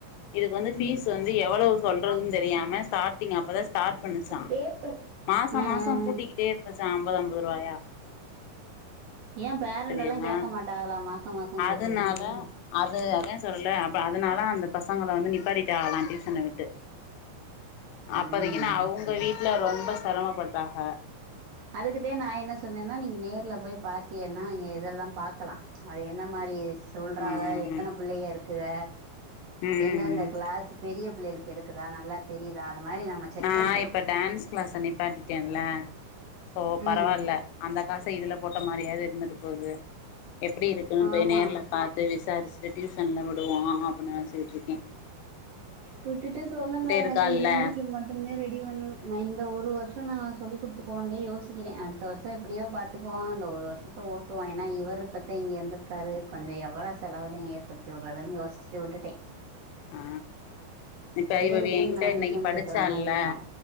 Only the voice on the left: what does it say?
இதுக்கு வந்து ஃபீஸ் வந்து எவ்வளோ சொல்றதுன்னு தெரியாம ஸ்டார்டிங் அப்பதா ஸ்டார்ட் பண்ணுச்சா
மாச
மாசோ
கூட்டிக்கிட்டே இருந்துச்சா அம்பது அம்பது ரூவாயா
சரியானா
அதுனால அது அதா சொல்றல அப்ப அதுனால அந்த பசங்கள வந்து நிப்பாட்டிட்டாகலா டியூசன விட்டு
அப்பதைக்குனா அவுங்க வீட்ல ரொம்ப செரமப்பட்டாக
ம் ம்
ம்
ம்
ம் ம்
நா
இப்ப டான்ஸ் கிளாஸ்ஸ நிப்பாட்டிட்டேன்ல சோ பரவால்ல
அந்த காச இதுல போட்ட மாரியாது இருந்துட்டு போது எப்டி இருக்குன்னு
போய் நேர்ல பா த்து விசாரிச்சுட்டு டியூசன்ல விடுவோ அப்புன் நெனஸுகிட்ருக்கே
இருக்கால்ல
ஆ இப்ப
இவவே என்கிட்ட
இன்னக்கி
படிச்சால